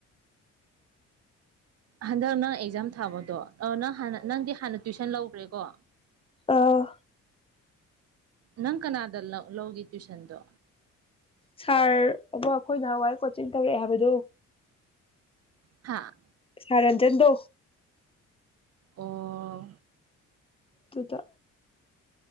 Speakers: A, on the right (about 55°); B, on the left (about 20°).
A: ꯍꯟꯗꯛ ꯅꯪ ꯑꯦꯛꯖꯥꯝ ꯊꯥꯕꯗꯣ ꯑꯥ ꯅꯪ ꯍꯥꯟꯅ ꯅꯪꯗꯤ ꯍꯥꯟꯅ ꯇꯨꯏꯁꯟ ꯂꯧꯒ꯭ꯔꯦꯀꯣ
B: ꯑꯥ
A: ꯅꯪ ꯀꯅꯥꯗ ꯂꯥ ꯂꯧꯒꯦ ꯇꯨꯏꯁꯟꯗꯣ
B: ꯁꯥꯔ ꯑꯃ ꯑꯩꯈꯣꯏ ꯅꯍꯥꯟꯋꯥꯏ ꯀꯣꯆꯤꯡ ꯇꯧꯔꯛꯑꯦ ꯍꯥꯏꯕꯗꯣ
A: ꯍꯥꯥ
B: ꯁꯥꯔ ꯔꯟꯖꯟꯗꯣ
A: ꯑꯣ
B: ꯗꯨꯇ